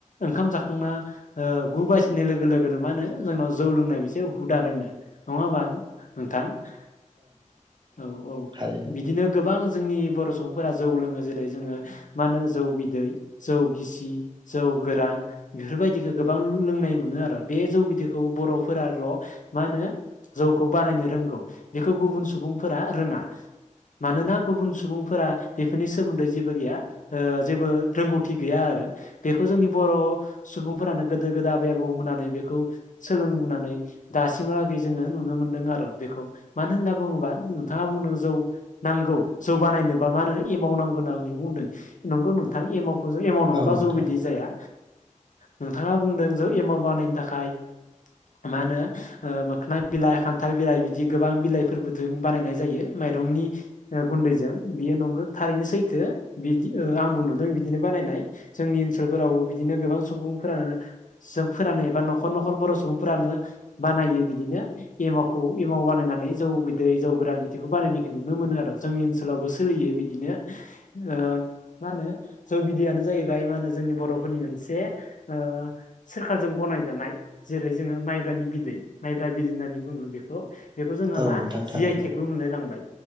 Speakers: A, on the left (about 75°); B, on the right (about 35°).
A: ओंखाम जाखांना ओह गु बाजि बासिनाय लोगो लोगोनो मा होनो जोंनाव जौ लोंनाय मोनसे हुदा दोङो नङा होमबा नोंथां । औ औ
B: थारैनो
A: बिदिनो गोबां जोंनि बर' सुबुंफोरा जौ लोङो जेरै जोङो मा होनो जौ बिदै जौ गिसि जौ जौ गोरान बेफोरबायदिखौ गोबां लोंनाय मोनो आरो बे जौ बिदैखौ बर'फोराल' मा होन जौखौ बानायनो रोंगौ बेखौ गुबुन सुबुंफोरा रोङा। मानोना गुबुन सुबुंफोरा बेफोरनि सोमोन्दै जेबो गैया जेबो रोंगौथि गैया आरो। बेखौ जोंनि बर' सुबुंफोरानो गोदो गोदाय आबै आबौ मोनहानो बेखौ सोलोंनानै। दासिमहागै जोङो नुनो मोनदों आरो बेखौ मानो होनना बुङोबा नोंथाङा बुंदों जौ नांगौ जौ बानायनोबा मा होनो एमावनांगौ होनना बुंदों नंगौ नोंथां एमावखौ एमाव नङाब्ला
B: औ नोंथां
A: जौ बिदै जाया नोंथाङा बुंदों जे एमाव बानायनो थाखाय मा होनो मोखना बिलाइ खान्थाल बिलाइ बिदि गोबां बिलाइफोरबोजों बानायनाय जायो माइरंनि गुन्दैजों बियो नंगौ थारैनो सैथो बिदि आंबो नुदों बिदिनो बानायनाय जोंनि ओनसोलफोरावबो बिदिनो गोबां सुबुंफोरा जों फोरोननानै एबा न'खर न'खर बर' सुबुंफोरानो बानायो बिदिनो एमावखौ एमाव बानाय नानै जौ बिदै जौ गोरान बिदिखौ बानायनायखौ नुनो मोनो आरो जोंनि ओनसोलावबो सोलियो बिदिनो <inaudible> ओ मा होनो जौ बिदैयानो जाहैबाय मा होनो जोंनि बर'फोरनि मोनसे ओ सोरखारजों गनाय जानाय जेरै जोङो माइब्रानि बिदै माइब्रा बिदै होननानै बुङो बेखौ बेखौ जोंओ
B: औ
A: मा
B: नोंथां थारैनो
A: जि आइटेकबो मोनलाय लांबाय।